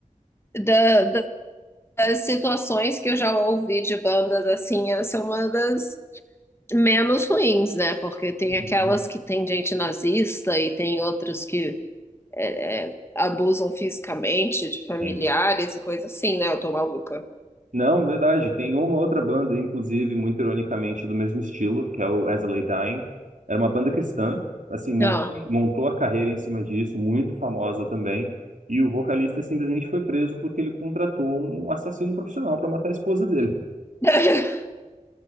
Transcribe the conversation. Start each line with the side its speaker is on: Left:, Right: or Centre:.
Left: da- da- das situações que eu já ouvi de bandas assim, essa é uma das menos ruins, né? Porque tem
Right: Uhum.
Left: aquelas que tem gente nazista e tem outras que é, é, abusam fisicamente de familiares
Right: Sim.
Left: e coisa assim, né? Eu tô maluca.
Right: Não, verdade. Tem uma outra banda, inclusive, muito ironicamente, do mesmo estilo, que é o As I Lay Dying. Era uma banda cristã, assim, montou,
Left: Ó.
Right: montou a carreira em cima disso, muito famosa também. E o vocalista simplesmente foi preso porque ele contratou um assassino profissional para matar a esposa dele.
Left: <laughs>